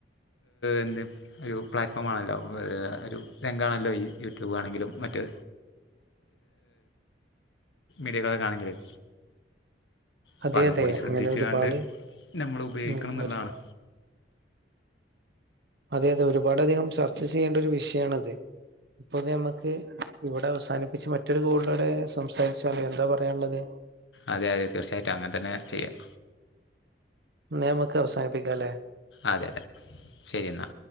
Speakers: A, on the left; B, on the right.
A: എന്ത് ഒരു പ്ലാറ്റ്ഫോം ആണല്ലോ ഒരു രംഗാണല്ലോ ഈ യൂട്യൂബാണെങ്കിലും മറ്റ് <unintelligible> ആണെങ്കിലും അപ്പം
B: അതെ
A: അതും
B: അതെ
A: കൂടി ശ്രദ്ധിച്ചുകാണ്ട്
B: അങ്ങനെ ഒരുപാട്
A: നമ്മൾ ഉപയോഗിക്കണം
B: ഉം
A: എന്നുള്ളതാണ്
B: ഒരു- അതെ അതെ ഒരുപാട് അധികം ചർച്ച ചെയ്യേണ്ട ഒരു വിഷയണത് ഇപ്പൊ നമ്മക്ക് ഇവിടെ അവസാനിപ്പിച്ച് മറ്റൊരു കോളിലോടെ സംസാരിച്ചാലോ എന്താ പറയാനുള്ളത്
A: അതെ അതെ തീർച്ചയായിട്ടും അങ്ങനെ തന്നെ ചെയ്യാം
B: എന്നാ നമുക്ക് അവസാനിപ്പിക്കാം അല്ലേ
A: അതെ അതെ ശരി എന്നാ